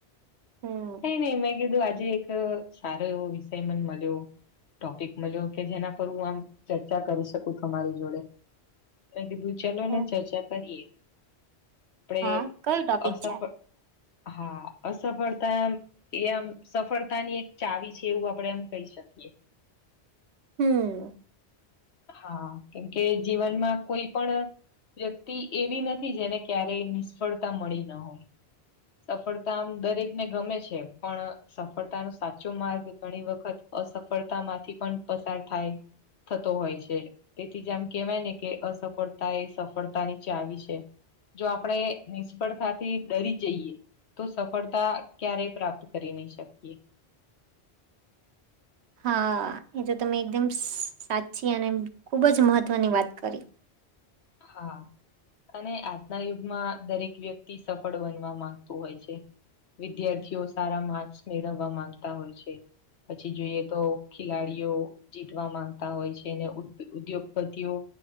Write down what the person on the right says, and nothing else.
હમ
ઓહ,
હા કયું ટોપિક
છે?
હમ્મ.
હા એ તો તમે એકદમ સાચ્ચી અને ખૂબ જ મહત્વની વાત કરી